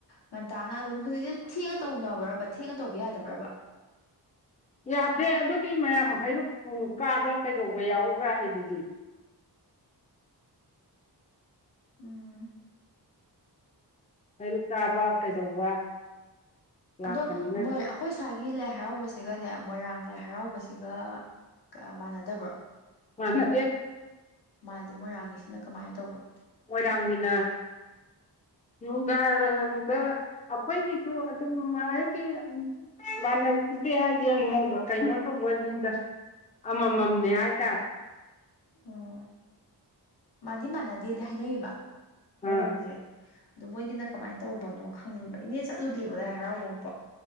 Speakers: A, on the left (about 65°); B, on the left (about 20°).
A: ꯉꯟꯇꯥꯅ ꯑꯗꯨꯝ ꯍꯧꯖꯤꯛꯁꯨ ꯊꯦꯡꯉ ꯇꯧꯅꯕ꯭ꯔꯕ ꯊꯦꯡꯉ ꯇꯧꯕ ꯌꯥꯗꯕ꯭ꯔꯕ
B: ꯌꯥꯗꯦ ꯑꯗꯨꯗꯤ ꯃꯌꯥꯝ ꯍꯩꯔꯨꯛ ꯀꯥꯕ꯭ꯔꯥ ꯀꯩꯗꯧꯕ ꯌꯥꯎꯕ꯭ꯔꯥ ꯑꯗꯨꯗꯤ
A: ꯎꯝ
B: ꯍꯩꯔꯨꯛ ꯀꯕ ꯀꯩꯗꯧꯕ ꯂꯥꯛꯄꯅꯤꯅ
A: ꯑꯗꯣ ꯃꯣꯏ ꯑꯩꯈꯣꯏ ꯁ꯭ꯋꯥꯏꯒꯤ ꯂꯥꯏ ꯍꯔꯥꯎꯕꯁꯦ ꯁꯤꯒꯅꯦ ꯃꯣꯏꯔꯥꯡ ꯂꯥꯏ ꯍꯔꯥꯎꯕꯁꯤꯒ ꯃꯥꯟꯅꯗꯕ꯭ꯔꯣ
B: ꯃꯥꯥꯟꯅꯗꯦ
A: ꯃꯥꯗꯤ ꯃꯣꯏꯔꯥꯡꯒꯤꯁꯤꯅ ꯀꯃꯥꯏꯅ ꯇꯧꯕꯅꯣ
B: ꯃꯣꯏꯔꯥꯡꯒꯤꯅ ꯅꯨꯡꯗꯥꯡꯗ ꯑꯩꯈꯣꯏꯒꯤꯁꯨ ꯑꯗꯨꯝ ꯍꯥꯏꯗꯤ ꯃꯥꯅꯦꯗꯦ ꯍꯥꯢꯁꯦ ꯀꯩꯅꯣ ꯇꯧꯕꯩꯅꯤꯗ ꯑꯃꯃꯝꯅꯦ ꯍꯥꯏꯇꯥꯔꯦ
A: ꯑꯣ ꯃꯥꯟꯗꯤ ꯃꯥꯟꯅꯗꯦꯗꯤ ꯍꯥꯏꯅꯩꯌꯦꯕ ꯃꯑꯣꯡꯁꯦ
B: ꯑꯥ
A: ꯑꯗꯨ ꯃꯣꯏꯒꯤꯅ ꯀꯃꯥꯏꯅ ꯇꯧꯕꯅꯣ ꯈꯪꯅꯤꯡꯕ ꯏꯅꯦ ꯆꯠꯂꯨꯗ꯭ꯔꯤꯕꯣ ꯂꯥꯏ ꯍꯔꯥꯎꯕ ꯑꯃ ꯄꯣ